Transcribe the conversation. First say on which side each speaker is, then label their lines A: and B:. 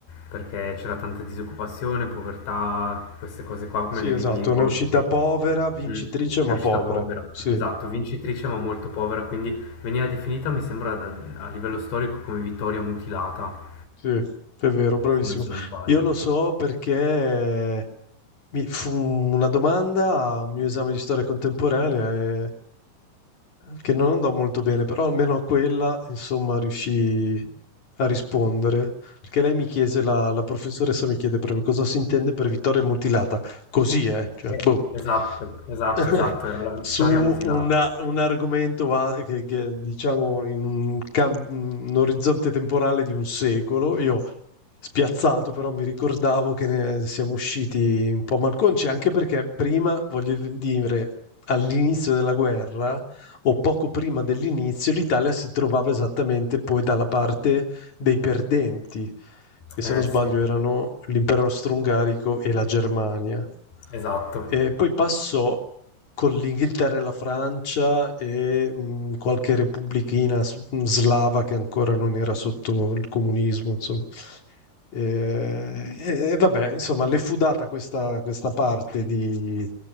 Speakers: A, on the left (about 80°); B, on the left (about 45°).
A: perché c'era tanta disoccupazione, povertà, queste cose qua,
B: sì,
A: me le,
B: esatto,
A: ri- mi ricordo
B: ne è uscita
A: che
B: povera, vincitrice
A: mm,
B: ma
A: è uscita
B: povera,
A: povera,
B: sì.
A: esatto, vincitrice ma molto povera, quindi veniva definita, mi sembra, da- a livello storico come vittoria mutilata.
B: Sì, è vero, bravissimo.
A: se non, se non sbaglio.
B: Io lo so perché mi fu una domanda a un mio esame di storia contemporanea e- eh, che non andò molto bene, però almeno a quella, insomma, riuscii a rispondere. Perché lei mi chiese, la, la professoressa mi chiede proprio cosa si intende per vittoria mutilata. Così, eh? Cioè,
A: Eh,
B: boh.
A: esatto, esatto,
B: <laughs>
A: esatto, era la vittoria
B: su
A: mutilata.
B: una- un argomento va- che, che, diciamo in un, cam- un orizzonte temporale di un secolo. Io spiazzato, però mi ricordavo che ne siamo usciti un po' malconci, anche perché prima, voglio dire, all'inizio della guerra o poco prima dell'inizio, l'Italia si trovava esattamente poi dalla parte dei perdenti, che
A: Eh
B: se non sbaglio
A: sì,
B: erano l'impero austro-ungarico e la Germania.
A: esatto,
B: E poi passò con l'Inghilterra e la Francia e mh, qualche repubblichina s- mm, slava che ancora non era sotto il comunismo, insomma. E, e- e vabbè, insomma, le fu data questa, questa parte di,